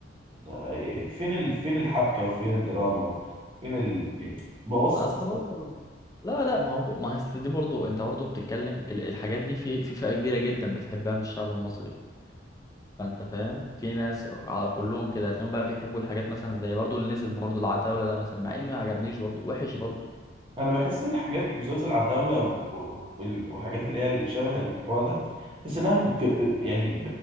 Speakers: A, on the right; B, on the left.
A: طب ايه- فين ال... فين الحبكه وفين الدراما وفين ال... يعني بوثق
B: اصل برضه لا لا ما هو ما هو اصل دي برضه انت برضه بتتكلم ال- الحاجات دي في في فئه كبيره جدا بتحبها من الشعب المصري فانت فاهم في ناس ع- كلهم كده هتلاقيهم بقى بيحبوا الحاجات مثلا زي برضه اللي نزل برضه العتاوله ده مثلا مع اني ما عجبنيش برضه وحش برضه
A: انا بحس الحاجات مسلسل عتاولة و- و- وال- والحاجات اللي هي ال- شبه الحوار ده بس انها بتج... بت... يعني